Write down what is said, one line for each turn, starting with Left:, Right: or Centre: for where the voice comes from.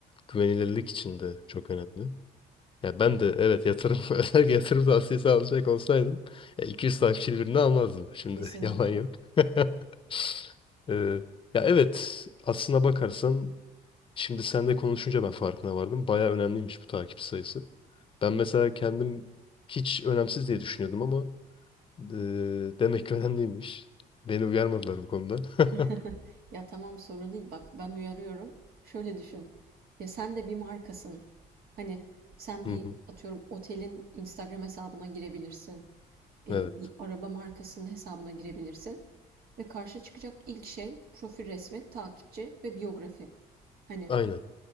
Left: Güvenilirlik için de çok önemli. Ya ben de evet yatırım <laughs> özel yatırım tavsiyesi alacak olsaydım ya 200 takipçili birini almazdım. Şimdi
Right: Kesinlikle.
Left: <laughs> yalan yok. <laughs> Ee, ya evet aslına bakarsan şimdi seninle konuşunca ben farkına vardım. Baya önemliymiş bu takip sayısı. Ben mesela kendim hiç önemsiz diye düşünüyordum ama Eee, demek ki önemliymiş. Beni uyarmadılar bu konuda.
Right: <laughs>
Left: <laughs>
Right: Ya tamam sorun değil bak ben uyarıyorum. Şöyle düşün. Ya sen de bir markasın. Hani sen
Left: Hı
Right: bir
Left: hı.
Right: atıyorum otelin Instagram hesabına girebilirsin. eee,
Left: Evet,
Right: bir araba markasının hesabına girebilirsin ve karşı çıkacak ilk şey profil resmi, takipçi ve biyografi. Hani
Left: aynen.